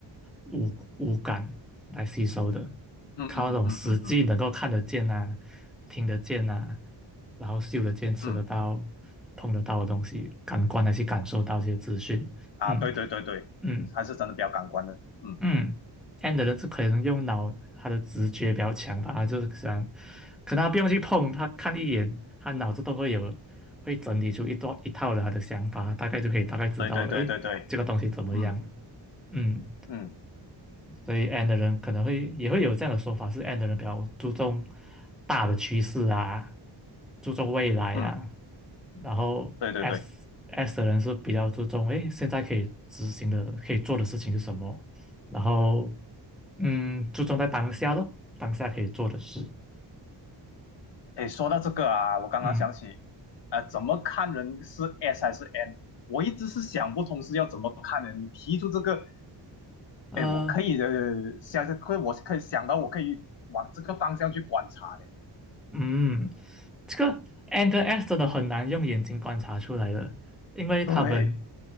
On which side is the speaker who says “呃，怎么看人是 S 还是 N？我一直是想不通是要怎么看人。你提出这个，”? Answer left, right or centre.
Left